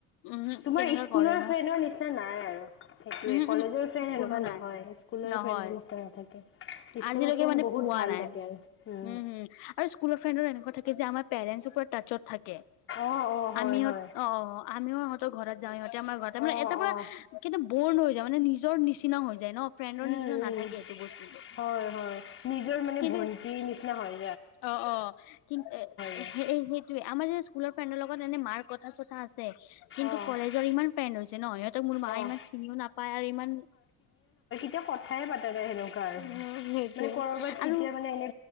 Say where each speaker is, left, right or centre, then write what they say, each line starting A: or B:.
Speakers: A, on the left (about 65°); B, on the left (about 30°).
A: উমহো
B: তোমাৰ
A: কেনেকা
B: স্কুলৰ
A: কৰে ন
B: ফ্ৰেণ্ডৰ নিচিনা নাই আৰু সেইটোয়ে
A: উমহো
B: কলেজৰ
A: উমহো
B: ফ্ৰেণ্ড সেনেকাৱা
A: কোনো
B: নহয়।
A: নাই
B: স্কুলৰ
A: নহয়
B: ফ্ৰেণ্ডৰ নি নাথাকে স্কুলৰ
A: আজিলৈকে
B: ফ্ৰেণ্ড
A: মানে
B: বহুত
A: পোৱা
B: ভাল
A: নাই
B: থাকে আৰু।
A: উম হম আৰু স্কুলৰ ফ্ৰেণ্ডৰ এনেকুৱা থাকে যে আমাৰ পেৰেণ্টছ পৰা টাচত থাকে।
B: অ' অ'
A: আমিহত
B: হয় হয়
A: অ, আমিও ইহতৰ ঘৰত যাও ইহতে আমাৰ ঘৰতে
B: অ'
A: মানে এটা পুৰা
B: অ'
A: কিনে বৰ্ণ হৈ যায় মানে নিজৰ নিচিনাও হৈ যায় ন। ফ্ৰেণ্ডৰ
B: উম-উম,
A: নিচিনা নাথাকে এইটো বস্তুটো
B: হয়-হয় নিজৰ মানে
A: কিন্তু
B: ভণ্টি নিচিনা হয়।
A: অ', অ', কিন্তু
B: যায়
A: সেই-সেই ত আমাৰ যে স্কুলৰ ফ্ৰেণ্ডৰ লগত এনে মাৰ কথা চথা আছে। কিন্তু
B: অ'
A: কলেজৰ ইমান ফ্ৰেণ্ড হৈছে ন সিহঁতক মোৰ মা
B: অ'
A: ইমান চিনিও নাপায় আৰু ইমান
B: এতিয়া কথাই পাতা নাই সেনেকুৱা আৰু
A: অ সেইটোৱে
B: মানে কৰবাত কেতিয়া
A: আৰু
B: মানে এনে